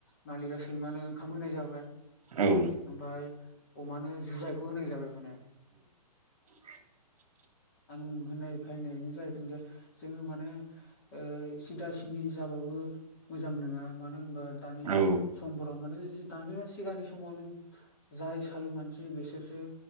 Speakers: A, on the left; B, on the right.
A: मालिकआ सैमानो ओंखाम होनाय जाबाय
B: औ
A: ओमफ्राय अमानो जुजाइखौ होनाय जाबाय माने
B: <inaudible>
A: आं होननाय खाहनायनो जाहै खिन्थु जोङो माने ओ सिदा सिदि जाबाय मोजां नङा मानो होनबा दानि
B: औ
A: समफोराव माने दानि बा सिगांनि समाव नों जाय सालु मानसि बिसोरसो